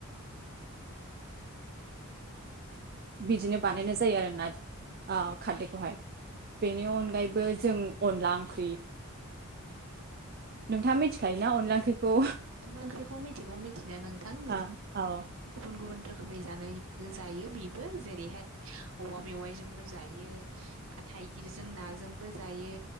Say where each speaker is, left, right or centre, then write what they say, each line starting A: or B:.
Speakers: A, on the right; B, on the right.
A: औ औ
B: बिदिनो बानायनाय जायो आरोना आ खारदैखौहाय बेनि अनगायैबो जों अनला ओंख्रि नोंथाङा मिथिखायोना अनला ओंख्रिखौ
A: अनला ओंख्रिखौ मिथिगौ मिथिनाया नोंथां गोबां
B: औ औ
A: गुबुन गुबुन रोखोम खोमै जानायखौ जायो बेबो जेरैहाय औवा मेवाइजोंबो जायो। जायो थाइगिरजों नाजोंबो जायो